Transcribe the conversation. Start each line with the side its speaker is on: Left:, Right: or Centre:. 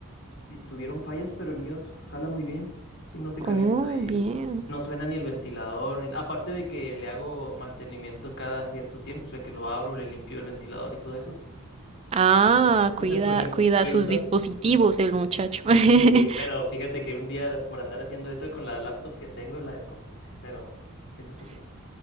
Left: si tuvieron fallas, pero el mío jala muy bien, sí, no se calienta
Right: Oh,
Left: y
Right: bien.
Left: no suena ni el ventilador, ni- aparte de que le hago mantenimiento cada cierto tiempo, o sea, que lo abro, le limpio el ventilador y todo eso.
Right: Ah,
Left: Entonces,
Right: cuida,
Left: pues yo
Right: cuida
Left: pienso,
Right: sus dispositivos el muchacho. <laughs>
Left: y- pero fíjate que un día por andar haciendo eso con la laptop que tengo, la descompuse, pero ese es otro,